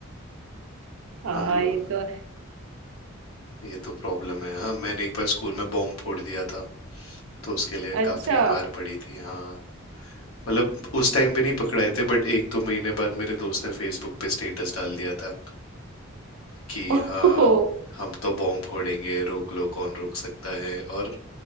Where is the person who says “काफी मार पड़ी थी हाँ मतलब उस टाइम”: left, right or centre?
Left